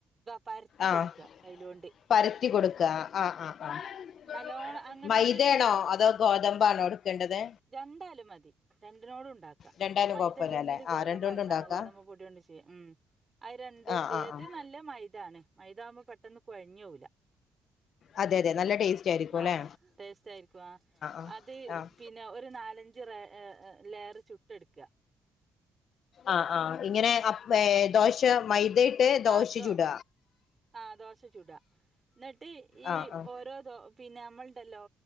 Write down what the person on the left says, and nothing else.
ആഹ്
പരത്തി കൊടുക്ക ആഹ് ആഹ് ആഹ് ആഹ്
മൈദെണോ
അതോ ഗോതമ്പാണോ എടുക്കേണ്ടത്
രണ്ടായാലും
കുഴപ്പമില്ല അല്ലേ
ആഹ് രണ്ട് കൊണ്ടും ഉണ്ടാക്കാം
ആഹ് ആഹ്
ആഹ്
അതെ അതെ നല്ല ടേസ്റ്റ് ആയിരിക്കും അല്ലെ
ആഹ്
ആഹ്
ആഹ് ആഹ് ഇങ്ങനെ അ ഏ ദോശ മൈദയിട്ട് ദോശ
ചുട
ആഹ് ആഹ്